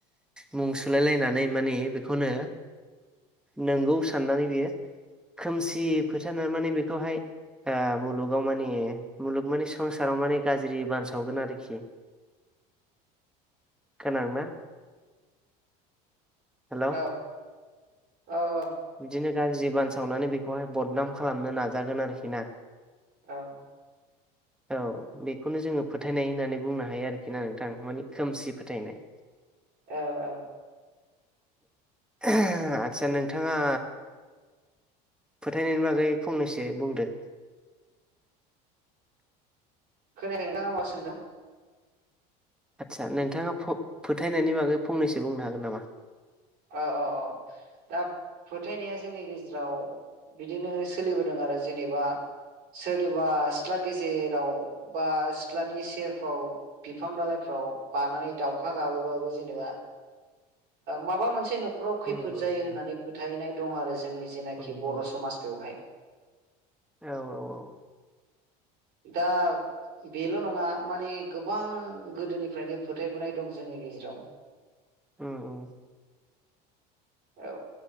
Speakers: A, in the centre; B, on the right.
A: मुं सुलायलायनानै माने बेखौनो। नंगौ साननानै बियो। खोमसि फोथायनानै माने बेखौहाय मुलुगाव माने मुलुग माने। संसाराव माने गाज्रि बानसावगोन आरोखि। खोनादोंना? हेलौ
B: औ। औ
A: बिदिनो गाज्रि बानसावनानै बेखौहाय बदनाम खालामनो नाजागोन आरोखि ना।
B: औ।
A: औ बेखौनो जोङो फोथायनाय होननानै बुंनो हायो आरोखि ना नोंथां मानि खोमसि फोथायनाय।
B: औ औ।
A: आचसा नोंथाङा? फोथायनायनि बागै फंनैसो बुंदो।
B: <inaudible> <inaudible>
A: आदसा नोंथाङा फोथायनायनि बागै फंनैसो बुंनो हागोन नामा
B: औ औ औ दा फोथायनाया जोंनि गेजेराव बिदिनो सोलिबोदों आरो जेनेबा सोरनिबा सिथ्ला गेजेराव बा सिथ्लानि सेरफ्राव बिफां दालइफोराव आव बानानै दाउखा गाबोबाबो जेनेबा माबा मोनसे न'खराव खैफोद
A: ओ उम
B: जायो होननानै फोथायनाय दं आरो जोंनि जेनाखि
A: उम
B: बर'
A: उम
B: समाज बेवहाय
A: औ औ औ
B: दा बेल' नङा माने गोबां गोदोनिफ्रायनो फोथायबोनाय दं जोङो नि गेजेराव
A: औ औ
B: औ